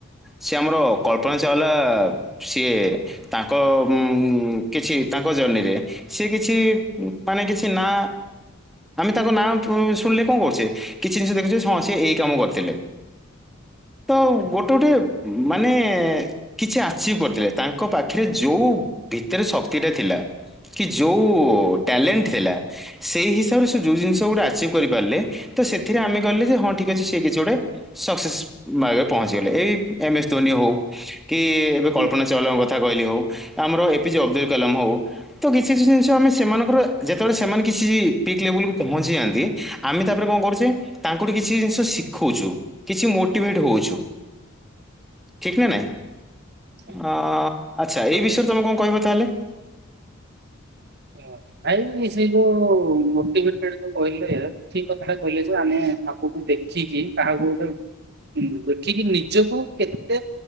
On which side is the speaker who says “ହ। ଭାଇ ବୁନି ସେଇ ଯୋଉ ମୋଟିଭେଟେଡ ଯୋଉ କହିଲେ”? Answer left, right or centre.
Right